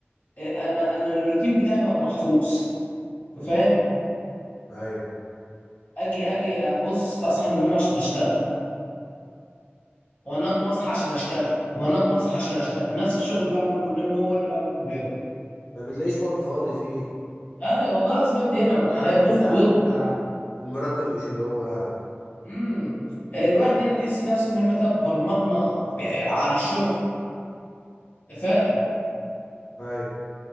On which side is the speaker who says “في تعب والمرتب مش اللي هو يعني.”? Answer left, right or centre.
Left